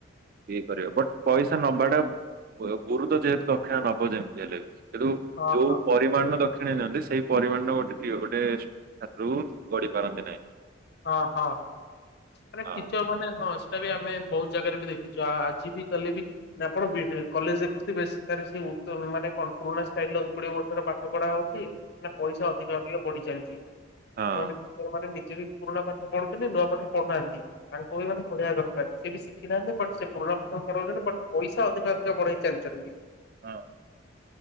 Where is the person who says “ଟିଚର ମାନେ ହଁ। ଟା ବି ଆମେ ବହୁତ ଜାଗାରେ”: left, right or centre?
Left